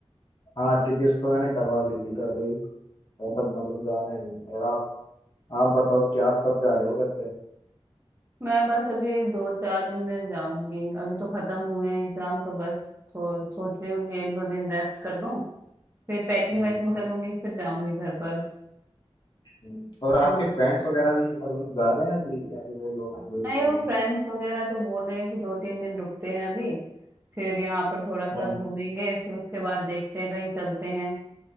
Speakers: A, on the left; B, on the right.
A: हाँ टिकट्स तो मैंने करवा ली थी पहले ही ऐसा मतलब जाने नहीं और आप आप बताओ कि आप कब जा रहे हो घर पे
B: मैं बस अभी दो चार दिन में जाऊंगी अभी तो खत्म हुए हैं एग्जाम तो बस सो, सोच रही हूँ कि एक दो दिन रेस्ट कर लूँ फिर पैकिंग
A: नहीं,
B: वैकिंग करूंगी फिर जाऊंगी घर पर
A: नहीं। और आपके
B: मम-
A: फ्रेंड्स वगैरह भी मतलब जा रहे हैं अभी या फिर वो लोग वेट
B: नहीं
A: करेंगे
B: वो फ्रेंड्स वगैरह तो बोल रहे हैं कि दो तीन दिन रुकते हैं अभी फिर यहाँ पर थोड़ा सा
A: हाँ
B: घूमेंगे फिर उसके बाद देखते हैं कहीं चलते हैं